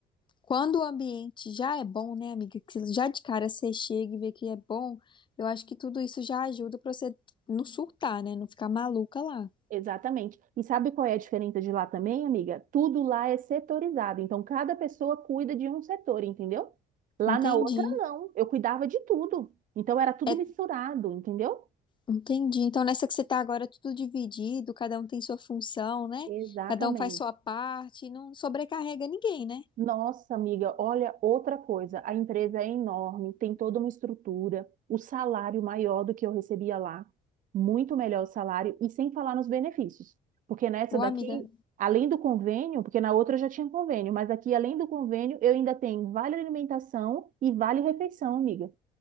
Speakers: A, on the left (about 30°); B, on the right (about 50°).
A: quando o ambiente já é bom, né, amiga? Que já de cara você chega e vê que é bom, eu acho que tudo isso já ajuda pra você não surtar, né? Não ficar maluca lá.
B: Exatamente. E sabe qual é a diferença de lá também, amiga? Tudo lá é setorizado. Então, cada pessoa cuida de um setor, entendeu? Lá
A: Entendi.
B: na outra, não. Eu cuidava de tudo. Então, era tudo
A: É
B: misturado, entendeu?
A: Entendi. Então, nessa que você está agora, é tudo dividido, cada um tem sua função, né?
B: Exatamente.
A: Cada um faz sua parte, não sobrecarrega ninguém, né?
B: Nossa, amiga, olha outra coisa. A empresa é enorme, tem toda uma estrutura, o salário maior do que eu recebia lá, muito melhor o salário, e sem falar nos benefícios. Porque nessa
A: Ô,
B: daqui,
A: amiga,
B: além do convênio, porque na outra eu já tinha convênio, mas aqui, além do convênio, eu ainda tenho vale alimentação e vale refeição, amiga.